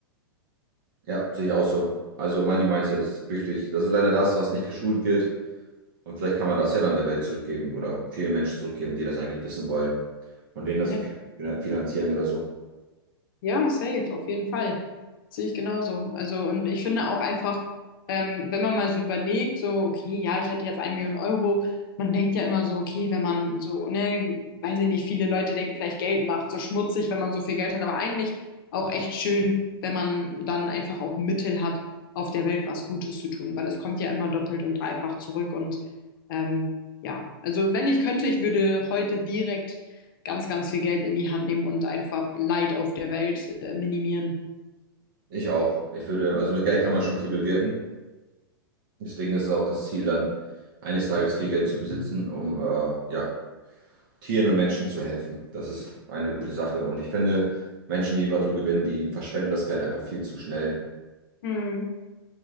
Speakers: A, on the right; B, on the left.
A: Ja, sehe ich auch so. Also Money Mindset ist wirklich, das ist leider das, was nicht geschult wird. Und vielleicht kann man das ja dann der Welt zurückgeben oder vielen Menschen zurückgeben, die das eigentlich wissen wollen und denen das
B: Ja.
A: finan- finanzieren oder so.
B: Ja, safe, auf jeden Fall. Sehe ich genauso. Also, und ich finde auch einfach, ähm, wenn man mal so überlegt, so, okay, ja, ich hatte jetzt eine Million Euro, man denkt ja immer so, okay, wenn man so, ne, weiß ich nicht, viele Leute denken vielleicht Geld macht so schmutzig, wenn man so viel Geld hat, aber eigentlich auch echt schön, wenn man dann einfach auch Mittel hat, auf der Welt was Gutes zu tun, weil es kommt ja immer doppelt und dreifach zurück und ähm, ja, also wenn ich könnte, ich würde heute direkt ganz, ganz viel Geld in die Hand nehmen und einfach Leid auf der Welt äh, minimieren.
A: Ich auch. Ich würde, also mit Geld kann man schon viel bewirken. Deswegen ist es auch das Ziel, dann eines Tages viel Geld zu besitzen, um äh, ja, Tieren und Menschen zu helfen. Das ist eine gute Sache. Und ich finde, Menschen, die im Lotto gewinnen, die verschwenden das Geld einfach viel zu schnell.
B: Hm.